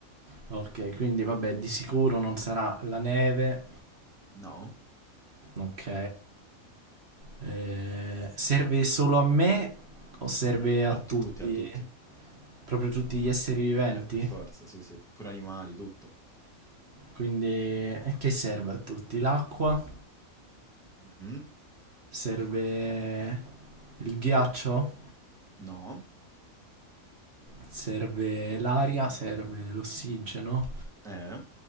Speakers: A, on the right (about 50°); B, in the centre.
A: Ok, quindi vabbè, di sicuro non sarà la neve.
B: No.
A: Ok. Eh, serve solo a me o serve
B: A
A: a tutti,
B: tutti, a tutti.
A: proprio tutti gli esseri viventi?
B: Eh, per forza, sì, sì. Pure animali, tutto.
A: Quindi eh, che serve a tutti? L'acqua?
B: Mhm.
A: Serve il ghiaccio?
B: No.
A: Serve l'aria, serve l'ossigeno.
B: Eh.